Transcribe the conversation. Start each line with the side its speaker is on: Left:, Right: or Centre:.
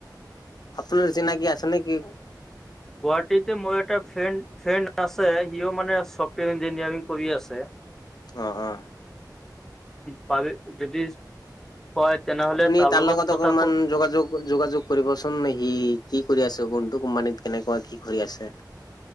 Left: আপোনাৰ চিনাকি আছে নেকি?
Centre: গুৱাহাটীতে মোৰ এটা ফ্ৰেন ফ্ৰেণ্ড আছে, হিও মানে চফ্টৱেৰ ইঞ্জিনিয়াৰিং কৰি আছে।
Left: অ', অ'।
Centre: পাবি যদি হয় তেনেহলে
Left: আপুনি তাৰ লগত
Centre: কথা
Left: অকনমান
Centre: ক
Left: যোগাযোগ-যোগাযোগ কৰিবচোন <unintelligible> সি কি কৰি আছে, কোনটো কোম্পানীত কেনেকুৱা কি কৰি আছে?